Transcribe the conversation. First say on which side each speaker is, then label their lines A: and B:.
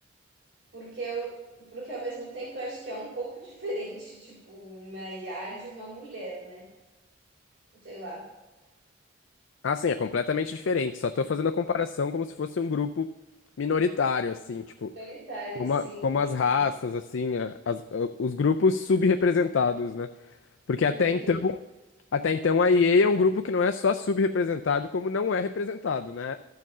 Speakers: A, on the right (about 55°); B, on the left (about 70°).
A: Porque eu, porque ao mesmo tempo eu acho que é um pouco <laughs> diferente, tipo, uma IA de uma mulher, né? Sei lá.
B: Ah, sim, é completamente diferente. Só tô fazendo a comparação como se fosse um grupo minoritário, assim, tipo.
A: Solitária,
B: Como,
A: sim,
B: a- como
A: entendi.
B: as raças, assim, a- as- a- os grupos subrepresentados, né? Porque
A: Entendi.
B: até então, até então a EA é um grupo que não é só subrepresentado, como não é representado, né?